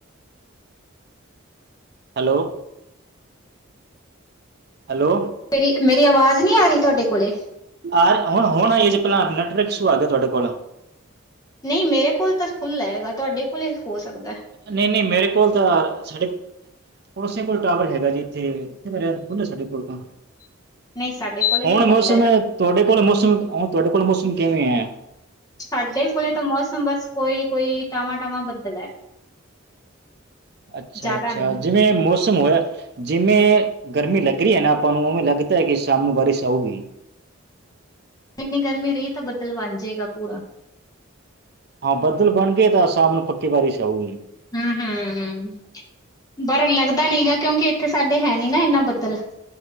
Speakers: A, on the right; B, on the left.
A: ਹੈਲੋ ਹੈਲੋ
B: ਤੇੇਰੀ ਮੇਰੀ ਆਵਾਜ਼ ਨਈ ਆ ਰੀ ਤੁਆਡੇ ਕੋਲੇ?
A: ਆਰ ਹੁਣ-ਹੁਣ ਆਈਏ ਜੇ ਪੈਲਾਂ ਨਟਵਕ ਇਸ਼ੂ ਆ ਗਿਆ ਤੁਆਡੇ ਕੋਲੋ
B: ਨਈ ਮੇਰੇ ਕੋਲ ਤਾਂ ਫੁੱਲ ਹੈਗਾ ਤੁਆਡੇ ਕੋਲੇ ਹੋ ਸਕਦਾ।
A: ਨਈ-ਨਈ ਮੇਰੇ ਕੋਲ ਤਾਂ ਸਾਡੇ ਪੜੋਸੀਆਂ ਕੋਲ ਟਾਵਰ ਹੈਗਾ ਜੀ ਏਥੇੇ ਨੇਟ ਫੂੱਲ ਆ ਸਾਡੇ ਕੋਲ ਤਾਂ
B: ਨਹੀਂ ਸਾਡੇ ਕੋਲੇ
A: ਹੁਣ
B: ਵੀ ਫੁੱਲ
A: ਮੌਸਮ
B: ਹੈਗਾ,
A: ਤੁਆਡੇ ਕੋਲ ਮੌਸਮ ਹੁਣ ਤੁਆਡੇ ਕੋਲ ਮੌਸਮ ਕਿਵੇਂ ਐ?
B: ਸਾਡੇ ਕੋਲੇ ਤਾਂ ਮੌਸਮ ਬਸ ਕੋਈ-ਕੋਈ, ਟਵਾਂ-ਟਵਾਂ ਬੱਦਲ ਏ।
A: ਅੱਛਾ-ਅੱਛਾ
B: ਜ਼ਿਆਦਾ ਨਹੀਂ,
A: ਜਿਵੇਂ ਮੋ ਮੌਸਮ ਹੋਯਾ ਜਿਵੇਂ ਗਰਮੀ ਲੱਗ ਰਹੀ ਐ ਨਾ ਆਪਾਂ ਨੂੰ ਉਵੇਂ ਲੱਗਤਾ ਐ ਕਿ ਸ਼ਾਮ ਨੂੰ ਬਾਰਿਸ਼ ਆਊਗੀ।
B: ਹ ਇੰਨੀ ਗਰਮੀ ਰਈ ਤਾਂ ਬੱਦਲ ਵਣ ਜਾਏਗਾ ਪੂਰਾ।
A: ਹਾਂ ਬੱਦਲ ਬਣ ਗਏ ਤਾਂ ਸ਼ਾਮ ਨੂੰ ਪੱਕੇ ਬਾਰਿਸ਼ ਆਊਗੀ।
B: ਹੂੰ-ਹੂੰ। ਬਰ ਲੱਗਦਾ ਨੀ ਗਾ ਕਿਉਂਕਿ ਏਥੇ ਸਾਡੇ ਹੈ ਨੀ ਨਾ ਇੰਨਾ ਬੱਦਲ